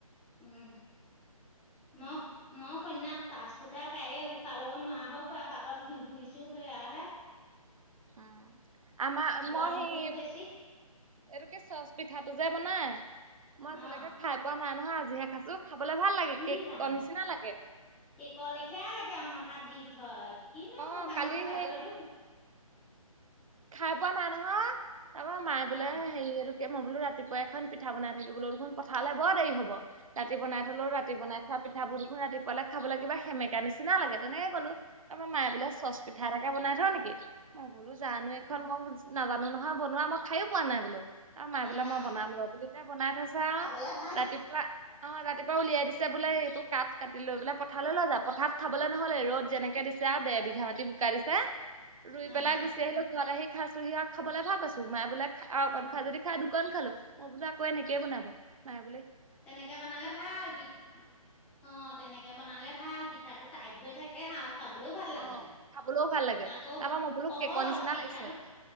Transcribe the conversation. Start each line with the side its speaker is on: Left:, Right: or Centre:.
Centre: উম মই
Right: উম।
Centre: মই কন্যা পাঁচ ফুটা কাড়ি উশাহ ল'ব নোৱাৰা খুৰা বাটত ঘূৰি ঘুৰিছো সেয়াহে।
Right: উম আমা মই
Centre: গৰমটোও
Right: হেই
Centre: বেছি
Right: এইটোকে চচ পিঠাটো যে বনাই মই আজিলৈকে
Centre: অঁ
Right: খাই পোৱা নাই নহয় আজিহে খাইছো। খাবলে ভাল লাগে কেকৰ
Centre: ই ৰাম
Right: নিচিনা লাগে
Centre: কেক লেখিয়াই লাগে অঙঠাত দি। হয় কিনো
Right: অ
Centre: ডাঙৰ
Right: কালি
Centre: কথাটো
Right: সেই
Centre: এইটো।
Right: খাই পোৱা নাই নহয় তাৰপৰা মায়ে
Centre: অঁ
Right: বোলে হেৰি এইটো এ মই বোলো ৰাতিপুৱা এখন পিঠা বনাই থাকিবলে বোলো দেখোন পথাৰলে বৰ দেৰি হ'ব। ৰাতি বনাই থ'লেও ৰাতি বনাই থোৱা পিঠাবোৰ দেখোন ৰাতিপুৱালে খাবলৈ কিবা সেমেকা নিচিনা লাগে তেনে কলো তাৰ মায় বোলে চচ পিঠা এটাকে বনাই থও নেকি মই বোলো জানো। এইখন মই নাজানো নহয় বনোৱা মই খায়ো পোৱা নাই বোলো। অ মাই
Centre: অঁ
Right: বোলে মই বনাম ৰব তাই বনাই থৈছে আৰু
Centre: খাবলে ভাল
Right: ৰাতিপুৱা অ ৰাতিপুৱা উলিয়াই দিছে বোলে এইটো কাট কাটি লৈ বোলে পথাললৈ লৈ যা পথাত খাবলৈ নহলে ৰ'দ যেনেকে দি যা দেৰ বিঘা মাটি বোকা দিছা ৰুই
Centre: আহ
Right: পেলাই গুচি আহিলো। ঘৰত আহি খাইছোহি আৰু খাবলৈ ভাল পাইছো মায়ে বোলে খা আৰু
Centre: আহ
Right: অকন খাও যদি খা। আৰু অকন খালো মই বোলো আকৌ এনেকে বনাব নাই
Centre: তেনেকে বনালে ভাল পিঠা অ তেনেকে বনালে ভাল। পিঠাটো টাইট হৈ থাকে হাও খাবলৈও ভাল লাগে
Right: অ খাবলৈও ভাল লাগে
Centre: আকৌ
Right: তাৰপা মই বোলো
Centre: সহজ
Right: কেকৰ নিচিনা
Centre: পিঠাটো।
Right: লাগিছে